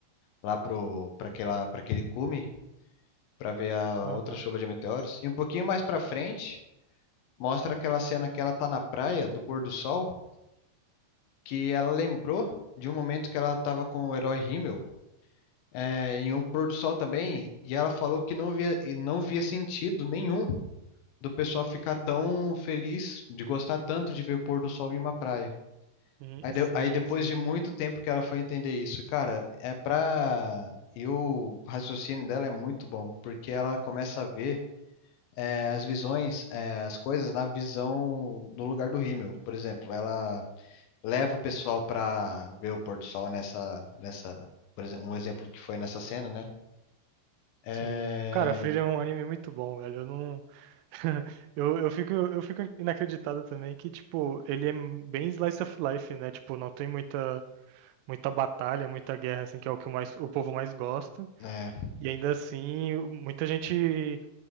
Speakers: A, on the left; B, on the right.
A: lá pro para aquela para aquele cume para ver a
B: Aham.
A: outra chuva de meteoros. E um pouquinho mais para frente, mostra aquela cena que ela tá na praia do pôr do sol que ela lembrou de um momento que ela estava com o herói Himmel, é, em um pôr do sol também, e ela falou que não via, não via sentido nenhum do pessoal ficar tão feliz, de gostar tanto de ver o pôr do sol em uma praia.
B: Sim,
A: Aí, de-
B: sim,
A: aí depois
B: sim.
A: de muito tempo que ela foi entender isso, cara, é pra. E o raciocínio dela é muito bom, porque ela começa a ver é, as visões, é, as coisas na visão no lugar do Himmel, por exemplo. Ela leva o pessoal para ver o pôr do sol nessa, nessa, por exemplo, um exemplo que foi nessa cena, né? É,
B: Sim. Cara, Frieren é um anime muito bom, velho. Eu não. <laughs> Eu, eu fico, eu fico inacreditado também que, tipo, ele é bem slice of life, né? Tipo, não tem muita, muita batalha, muita guerra, assim, que é o que o mais, o povo mais gosta.
A: é,
B: E ainda assim, muita gente